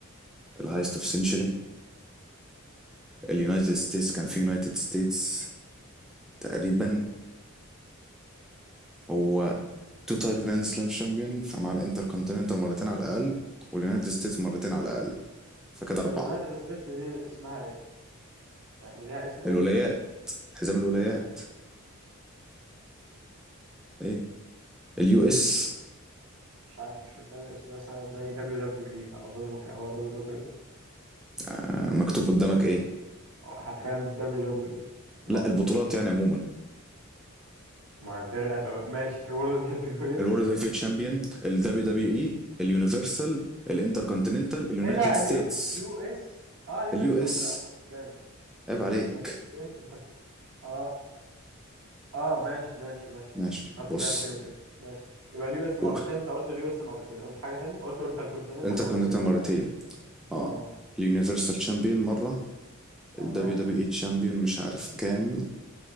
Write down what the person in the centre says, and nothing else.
الهايست اوف سنشري اليونايتد ستيتس كان في يونايتد ستيتس تقريبا هو تو تايب جراند سلام شامبيون فمع الانتر كونتيننتال مرتين على الاقل واليونايتد ستيتس مرتين على الاقل فكده اربعه
الولايات حزام الولايات
ايه اليو اس
آه، مكتوب قدامك ايه
لا البطولات
يعني عموما
الورد هيفي تشامبيون الدبليو دبليو اي اليونيفرسال الانتر كونتيننتال اليونايتد
ستيتس
اليو
اس
عيب
عليك
ماشي
بص
و-
انتر
كونتيننتال مرتين
اه اليونيفرسال تشامبيون مرة
الدبليو دبليو اي تشامبيون مش عارف كام